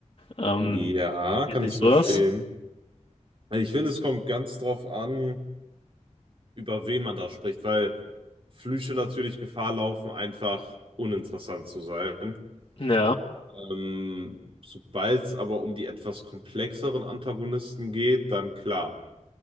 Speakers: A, on the left (about 45°); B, on the right (about 45°).
A: Ähm,
B: ja,
A: wie
B: kann
A: siehst
B: ich verstehen.
A: du das?
B: Also Ich finde, es kommt ganz drauf an, über wen man da spricht, weil Flüche natürlich Gefahr laufen, einfach uninteressant zu sein.
A: Ja.
B: Ähm, sobald es aber um die etwas komplexeren Antagonisten geht, dann klar,